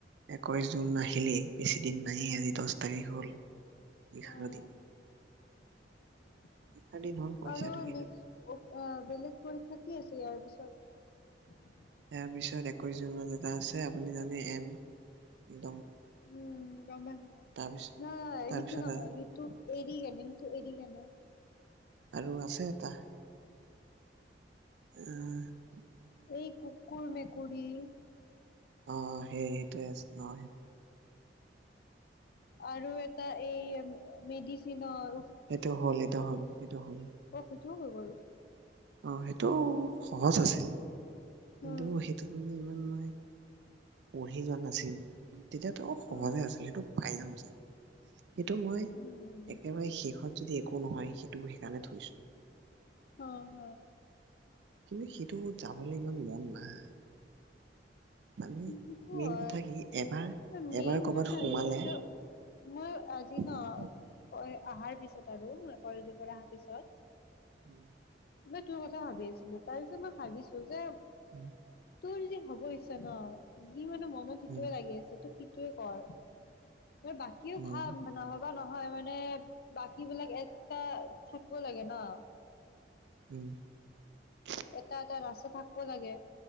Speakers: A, on the right; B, on the left.
A: একৈশ জুন আহি এনে বেছি দিন নায়েই আজি দহ তাৰিখ হ'ল <unintelligible>
B: অ'
A: এঘাৰ
B: আৰু
A: দিন
B: বেলেগ পৰীক্ষা
A: এঘাৰ দিন হ'ল
B: কি
A: পইচাটো সেই তাৰে।
B: আছে ইয়াৰ পিছত <inaudible>
A: তাৰ পিছত একৈশ জুনত এটা আছে আপুনি জানে এনড্
B: উম গম পাইছোঁ অ
A: তাৰপিছত
B: হাইটো
A: তাৰপিছত
B: নহয় সেইটো <unintelligible> এৰি কেনে কিন্তু এৰি কেনে
A: আৰু আছে এটা উ
B: এই কুকুৰ মেকুৰ ই <unintelligible>
A: অ সেই সেইটোৱে আছে অ
B: আৰু এটা এই মেডিচনৰ
A: এইটো হ'ল এইটো হ'ল, এইটো হ'ল।
B: অ সেইটোও হৈ গ'ল।
A: অ সেইটো সহজ আছিল। কিন্তু
B: উম
A: সেইটোত মানে ইমান নাই। পঢ়ি যোৱা নাছিলোঁ। তেতিয়াতো সহজে
B: উম
A: আছিলে, সেইটো পাই যাম চাগে। সেইটো মই
B: উম
A: একেবাৰে শেষত যদি একো নহয়, সেইটো সেইকাৰণে থৈছো।
B: হ হ।
A: কিন্তু সিতুট যাবলৈ ইমান মন নাই। মানে।
B: সিটো
A: মেইন
B: হয়,
A: কথা কি এবাৰ
B: অ', মেইন
A: এবাৰ কৰ'বাত
B: যোনটো
A: সোমালে
B: আহি আহিছে, মই আজি
A: উম
B: ন, অ', এ অহাৰ পিছত আৰু, অ', কলেজৰ পৰা অহাৰ পিছত
A: হম।
B: মই তোৰ কথা ভাবি আছিলোঁ, তাৰ পিছত মই ভাবিছো যে
A: হম।
B: তোৰ যি হ'ব হৈছে ন ই মানে মনত সিটোৱে
A: উম
B: লাগি আছে, ত সিটোৱে কৰ বাকীও
A: উম উম
B: ভাল নহ'বা নহয় হয় মানে বাকী বিলাক এটা থাকিব লাগে ন
A: উম <inaudible>
B: এটা এটা ৰাস্তা থাকবো লাগে